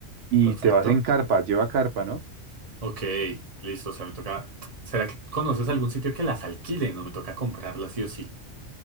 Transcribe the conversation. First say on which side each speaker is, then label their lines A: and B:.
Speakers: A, on the right (about 75°); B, on the right (about 30°).
A: y
B: perfecto.
A: te vas en carpa, lleva carpa, ¿no?
B: Ok, listo, o sea, me toca... ¿Será que conoces algún sitio que las alquile? No me toca comprarlas sí o sí.